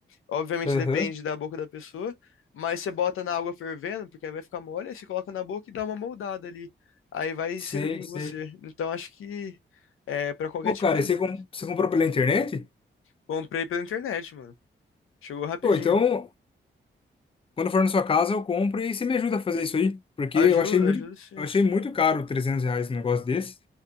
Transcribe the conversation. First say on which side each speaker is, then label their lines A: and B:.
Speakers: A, on the left; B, on the left.
A: Obviamente
B: Aham.
A: depende da boca da pessoa, mas você bota na água fervendo, porque aí vai ficar mole, aí você coloca na boca e dá uma moldada ali. Aí vai
B: Sei,
A: servir em
B: sei.
A: você. Então acho que é para qualquer
B: Ô,
A: tipo
B: cara,
A: de
B: e você,
A: luta.
B: com- você comprou pela internet?
A: Comprei pela internet, mano. Chegou rapidinho.
B: Pô, então Quando for na sua casa, eu compro e você me ajuda a fazer isso aí, porque
A: Ajuda,
B: eu achei muito,
A: ajuda você.
B: eu achei muito caro 300 reais um negócio desse.